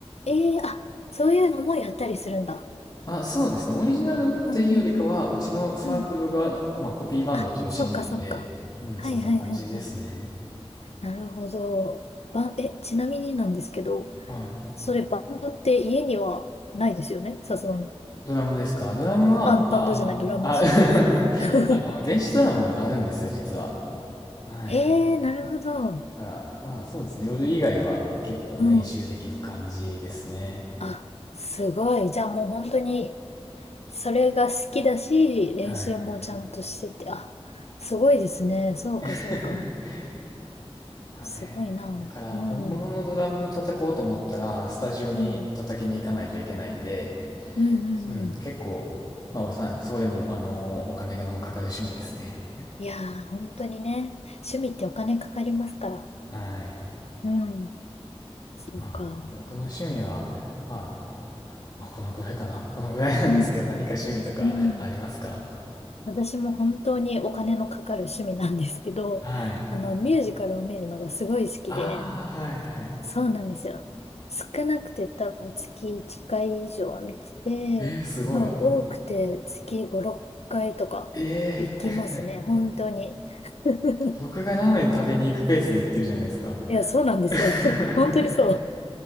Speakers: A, on the left (about 75°); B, on the left (about 40°).
A: ええー、あ、そういうのもやったりするんだ。
B: あ、そうですね。オリジナルっていうよりかは、
A: うん、うん、うん、
B: うちのサークルが、
A: うん。
B: まあ、コピーバンド中心なんで、
A: あ、そっか、そっか。
B: うん、
A: はい、
B: そんな感じですね。
A: はい、はい、はい。なるほど。ば、え、ちなみになんですけど、
B: はい。
A: それバンドって家にはないですよね、さすがに。
B: ドラムですかドラムは、
A: あ、
B: あ、
A: バンドじゃない、
B: あの、
A: ドラム、
B: あ、
A: そうそうそう。
B: <laughs>
A: <laughs>
B: あの、電子ドラムあるんですよ、実は。はい。
A: ええなるほど。
B: だからまあ、そうですね。夜以外は結構練習できる感じですね。
A: うん。あ、すごい。じゃあもう本当に、それが好きだし、練習もちゃんとしてて、
B: はい。
A: あ、すごいですね。そうか、
B: <laughs>
A: そうか。
B: まあね。
A: すごいな。
B: だから、
A: うん、
B: 本物のドラム叩こうと思ったら、
A: うん、
B: スタジオに叩きに行かないといけないんで、
A: うん、うん、うん。
B: うん、結構、まあ、おさ、それも、あのーお金のかかる趣味ですね。
A: いやー、本当にね、趣味ってお金かかりますから。
B: はい。
A: うん、そうか。
B: まあ、僕の趣味は、まあ、まあ、このぐらいかな。このぐらいなんですけど、
A: うん、
B: 何か趣味とかありますか
A: うん。うん私も本当にお金のかかる趣味なんですけど、
B: はい。
A: あの、ミュージカルを見るのがすごい好きで、
B: ああ、はいはい。
A: そうなんですよ。少なくて多分月1回以上は見てて、
B: えー、すごい。
A: 多分多くて月5、6回とか行きますね。
B: えー、
A: 本当に。<laughs>
B: 僕がラーメン食べに行くペースで行ってるじゃないですか。
A: いや、そうなんですよ。
B: <laughs>
A: <laughs> 本当にそう。